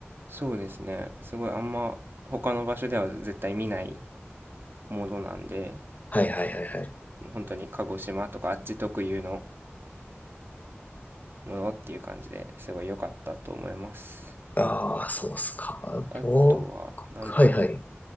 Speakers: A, on the right; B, on the left.
A: そうですね。すごいあんま他の場所では絶対見ないものなんで、
B: はいはいはいはい。
A: もう本当に鹿児島とかあっち特有のものっていう感じですごい良かったと思います。
B: ああ、そうっすか。
A: あとは、
B: お、
A: なんだろ
B: はいはい。